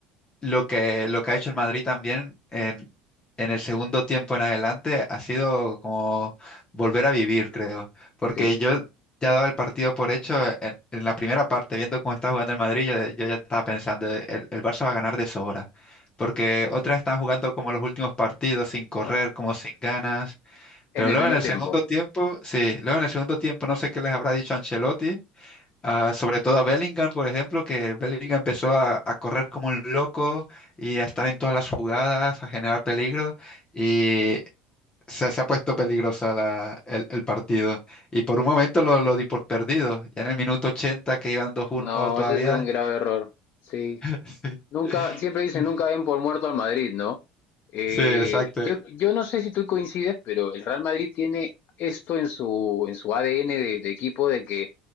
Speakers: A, on the left (about 25°); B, on the left (about 50°).
A: Lo que, lo que ha hecho el Madrid también en, en el segundo tiempo en adelante ha sido como volver a vivir, creo. Porque
B: Sí.
A: yo ya daba el partido por hecho en, en la primera parte, viendo cómo estaba jugando el Madrid, yo, yo ya estaba pensando, el, el Barça va a ganar de sobra. Porque otra vez están jugando como los últimos partidos, sin correr,
B: Ajá.
A: como sin ganas.
B: En
A: Pero
B: el
A: luego
B: primer
A: en el
B: tiempo.
A: segundo tiempo, sí, luego en el segundo tiempo no sé qué les habrá dicho Ancelotti, Ah, sobre todo a Bellingham, por ejemplo, que Bellingham empezó a, a correr como un loco y a estar en todas las jugadas, a generar peligro y se, se ha puesto peligrosa la- el, el partido. Y por un momento lo, lo di por perdido. Ya en el minuto ochenta que iban dos uno
B: No,
A: todavía.
B: ese es un grave error. Sí.
A: <laughs>
B: Nunca, siempre dicen
A: Sí,
B: nunca ven por muerto al Madrid, ¿no? Eh,
A: sí, exacto.
B: yo, yo no sé si tú coincides, pero el Real Madrid tiene esto en su, en su ADN de, de equipo de que